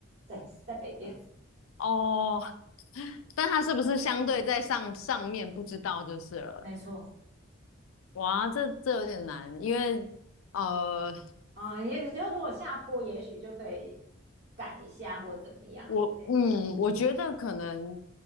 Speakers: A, on the right; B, on the left.
A: 对在北边，
B: 哦，但它是不是相对在上上面不知道就是了。
A: 没错，
B: 哇，这这有点难，因为呃，
A: 嗯，也就如果下坡，也许就可以赶一下或怎么样之类的。
B: 我嗯，我觉得可能